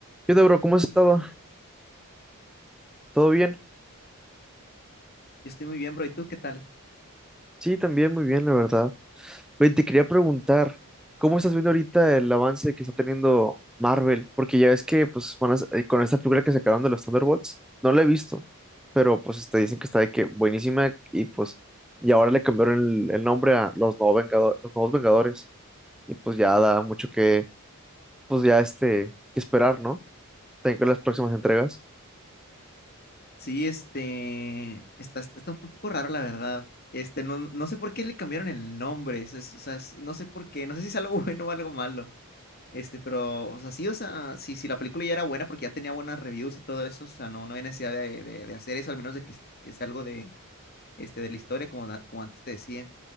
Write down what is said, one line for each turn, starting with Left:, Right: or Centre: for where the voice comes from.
Centre: ¿Qué onda, bro? ¿Cómo has estado? ¿Todo bien?
Left: Yo estoy muy bien, bro. ¿Y tú qué tal?
Centre: Sí, también muy bien, la verdad. Oye, te quería preguntar, ¿cómo estás viendo ahorita el avance que está teniendo Marvel? Porque ya ves que, pues, van a sa- eh, con esta película que sacaron de los Thunderbolts, no la he visto, pero pues este, dicen que está de que buenísima y pues, y ahora le cambiaron el, el nombre a los nuevos Vengado- los nuevos Vengadores y pues ya da mucho que, pues ya este, que esperar, ¿no? También con las próximas entregas.
Left: Sí, este, está, está, está un poco raro, la verdad. Este, no, no sé por qué le cambiaron el nombre. es- es- o sea, es- no sé por qué. No sé si es algo <laughs> bueno o algo malo. Este, pero, o sea, sí, o sea, sí, sí, la película ya era buena porque ya tenía buenas reviews y todo eso. O sea, no, no había necesidad de, de- de hacer eso, al menos de que, que sea algo de, este, de la historia, como, da- como antes te decía.